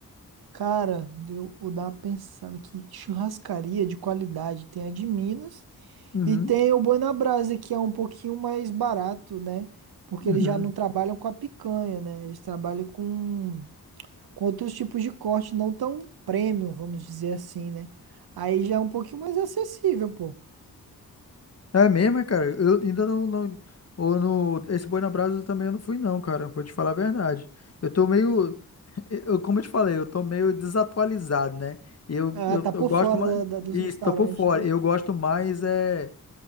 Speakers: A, on the right (about 85°); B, on the left (about 45°).
A: Cara, deu, vou dar uma pensada aqui. Churrascaria de qualidade. Tem a de Minas
B: Uhum,
A: e tem o Boi na Brasa, que é um pouquinho mais barato, né? Porque
B: uhum.
A: eles já não trabalham com a picanha, né? Eles trabalham com, com outros tipos de corte, não tão premium, vamos dizer assim, né? Aí já é um pouquinho mais acessível, pô.
B: É mesmo, é, cara. Eu ainda não, não. Ou no. Esse Boi na Brasa também eu não fui, não, cara. Vou te falar a verdade. Eu tô meio. Eu, como eu te falei, eu tô meio desatualizado, né? Eu,
A: Ah,
B: eu,
A: tá
B: eu
A: por
B: gosto
A: fora
B: mais.
A: da- da- dos
B: Isso,
A: restaurantes,
B: tô por fora.
A: né?
B: Eu gosto mais é,